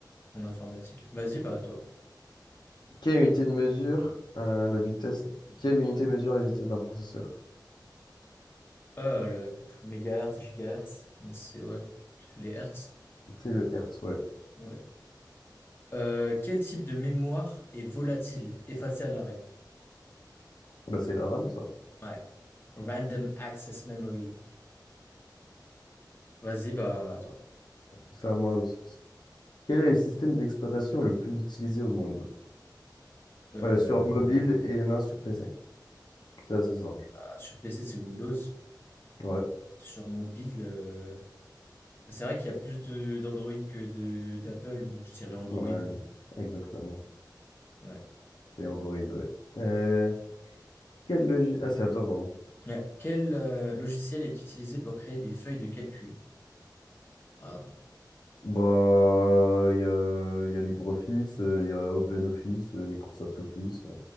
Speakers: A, on the left (about 30°); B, on the left (about 70°).
A: en informatique. Vas-y, pas à toi.
B: Quelle unité de mesure, euh, la vitesse, quelle unité mesure la vitesse d'un processeur?
A: Ah, le mégahertz, gigahertz, donc c'est ouais, c'est les hertz.
B: C'est le Hertz, ouais.
A: Ouais. Euh, quel type de mémoire est volatile, effacée à l'arrêt?
B: Bah, c'est la RAM, ça.
A: Ouais. Random access memory. Vas-y, bah, à toi.
B: Ça, moi aussi. Quel est le système d'exploitation le plus utilisé au monde?
A: Euh,
B: Euh, sur mobile et il y en a un sur PC. C'est assez simple.
A: bah, sur PC, c'est Windows.
B: Ouais,
A: Sur mobile, euh, c'est vrai qu'il y a plus de d'Android que de d'Apple, donc je dirais Android.
B: ouais, exactement.
A: Ouais.
B: Et Android, ouais. Euh, Quelle logique? Ah, c'est à toi, pardon.
A: Ouais. Quel euh, logiciel est utilisé pour créer des feuilles de calcul? Ah.
B: Bah, il y a, il y a LibreOffice, euh, il y a OpenOffice, euh, Microsoft Office, euh,